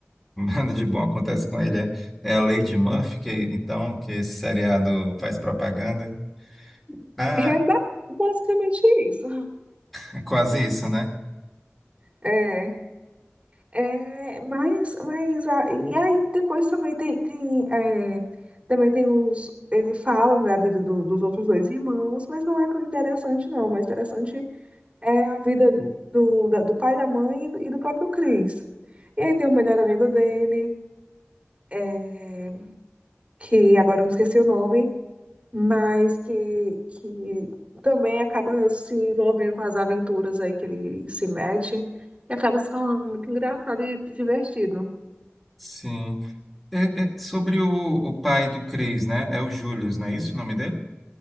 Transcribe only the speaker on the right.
É ba- basicamente isso.
É. É, mas, mas a- e aí depois também tem, tem é, também tem os ele fala da vida do- dos outros dois irmãos, mas não é tão interessante não, mas interessante é a vida do, da- do pai da mãe e do, e do próprio Chris. E aí tem o melhor amigo dele, é, que agora eu me esqueci o nome, mas que, que também acaba se envolvendo com as aventuras aí que ele se mete e acaba se falando muito engraçado e divertido.